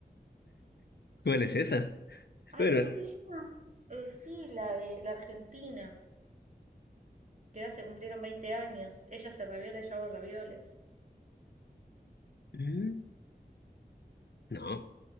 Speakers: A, on the left (about 80°); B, on the right (about 45°).
A: ¿Cuál es esa?
B: Ay,
A: Bueno,
B: ¿cómo se llama? Eh, sí, la de la Argentina. Que ya se cumplieron 20 años. Ella hace ravioles, yo hago ravioles.
A: ¿Mm? no,